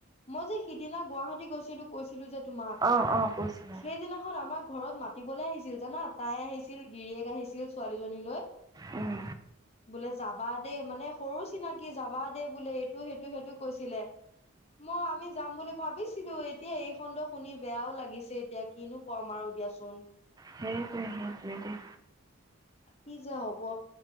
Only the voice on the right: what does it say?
অঁ অঁ কৈছিলে
উম।
সেইটোৱে- সেইটোৱে দে